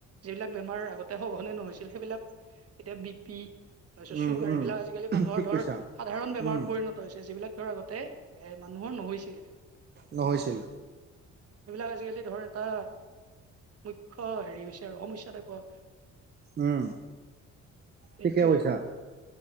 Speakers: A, on the right; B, on the right.
A: যিবিলাক বেমাৰ আগতে সঘনে নহৈছিল সেইবিলাক এতিয়া বি পি তাৰপিছত
B: উম
A: চুগাৰ
B: উম
A: এইবিলাক আজিকালি মানুহৰ
B: ঠিক
A: ধৰ
B: কৈছা
A: সাধাৰণ বেমাৰত
B: উম
A: পৰিণত হৈছে যিবিলাক আগতে এ মানুহৰ নহৈ উ
B: নহৈছিল
A: এইবিলাক আজিকালি ধৰ এটা মুখ্য হেৰি হৈছে আৰু সমস্যা টাইপৰ
B: উম
A: সেইটোয়ে
B: ঠিকে কৈছা
A: আৰু